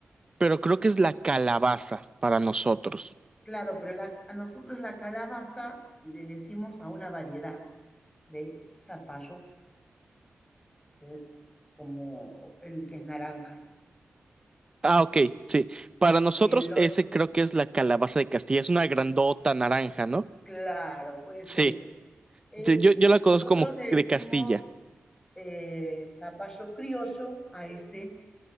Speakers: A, on the right; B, on the left.
A: pero creo que es la calabaza para nosotros.
B: Claro, pero la- a nosotros la calabaza le decimos a una variedad de zapallo, que es como el que es naranja.
A: Ah, ok, sí. Para nosotros
B: Y el,
A: ese creo que es la calabaza de Castilla. Es una grandota naranja, ¿no?
B: Claro, puede
A: Sí.
B: ser eso. Eh,
A: Sí, yo, yo
B: y
A: la
B: nosotros
A: conozco como
B: le decimos
A: de Castilla.
B: eh, zapallo criollo a ese,